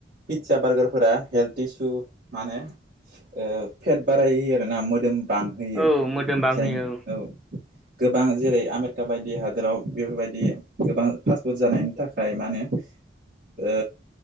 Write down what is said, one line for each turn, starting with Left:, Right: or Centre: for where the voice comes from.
Right: पिज्जा बारगारफोरा हेल्थ इसु मा होनो ओ फेट बारायो आरोना मोदोम बांहोयो
Centre: औ मोदोम बांहोयो
Right: जाय औ। गोबां जेरै आमेरिका बायदि हादोराव बेफोरबायदि गोबां फासफुद जानायनि थाखाय मा होनो ओ